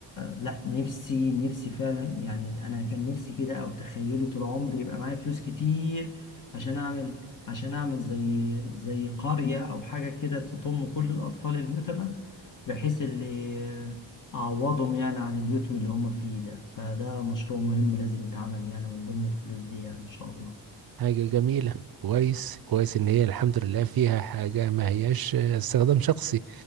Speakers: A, on the left; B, on the right.
A: لا نفسي نفسي فعلا يعني انا كان نفسي كده او تخيلي طول عمري يبقى معايا فلوس كتير عشان اعمل عشان اعمل زي زي قرية او حاجة كده تضم كل الاطفال اليتامى بحيث اللي اعوضهم يعني عن اليتم اللي هم فيه ده فده مشروع مهم لازم يتعمل يعني من ضمن الفلوس دي يعني ان شاء الله
B: حاجة جميلة كويس كويس ان هي الحمد لله فيها حاجة ما هياش استخدام شخصي